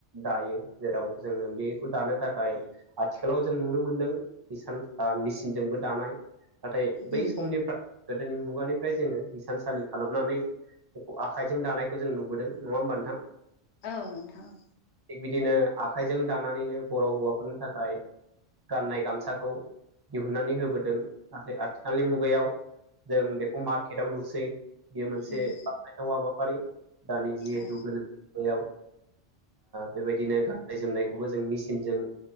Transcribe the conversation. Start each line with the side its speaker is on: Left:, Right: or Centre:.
Right: दायो जेराव जोंनो बेखौ दानो थाखाय आथिखालाव जों नुनो मोनदों इसान मेसिनजोंबो दानाय नाथाय बै
Left: उम
Right: समनिफ्राय गोदोनि मुगानिफ्राय जोंङो हिसानसालि खालामनानै बेखौ आखाइजों दानायखौ जों नुबोदों नङा होमबा नोंथां।
Left: औ नोंथां।
Right: थिग बिदिनो आखाइजों दानानैनो बर' हौवाफोरनि थाखाय गाननाय गामसाखौ दिहुननानै होबोदों नाथाय आथिखालनि मुगायाव जों बेखौ मार्केटाव नुसै बेयो मोनसे
Left: उम
Right: बाखनायथाव हाबाफारि। दानि जिहेथु
Left: औ
Right: गोनोथयाव। बेबायदिनो गाननाय जोमनायखौबो जों मेसिनजों